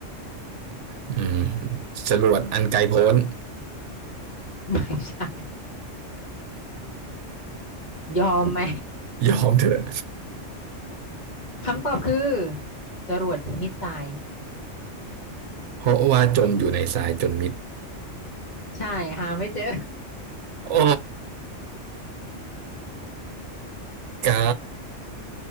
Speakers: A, on the right (about 75°); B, on the left (about 35°).
A: อืมจรวดอันไกลโพ้น
B: <laughs> ไม่ใช่ยอมไหม
A: ยอมเถอะ
B: คำตอบคือจรวดมิสไซล์
A: เพราะว่าจมอยู่ในทรายจนมิด
B: ใช่หาไม่เจอ
A: โอ้กา